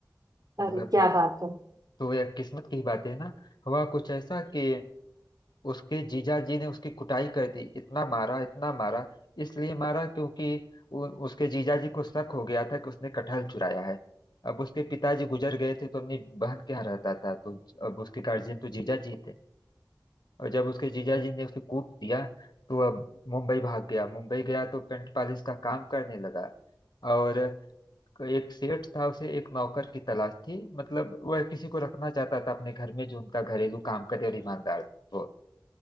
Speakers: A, on the left; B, on the right.
A: मतलब
B: अरे क्या बात है
A: तो यह किस्मत की बात है ना हुआ कुछ ऐसा कि उसके जीजाजी ने उसकी कुटाई कर दी इतना मारा इतना मारा इसलिए मारा क्योंकि उ- उसके जीजाजी को शक हो गया था कि उसने कटहल चुराया है अब उसके पिताजी गुजर गए थे तो अपनी बहन के यहाँ रहता था तो अब उसके गार्जियन तो जीजाजी थे और जब उसके जीजाजी ने उसे कूट दिया तो अब मुंबई भाग गया मुंबई गया तो पेंट पॉलिश का काम करने लगा और एक सेठ था उसे एक नौकर की तलाश थी मतलब वह किसी को रखना चाहता था अपने घर में जो उनका घरेलू काम करे और ईमानदार हो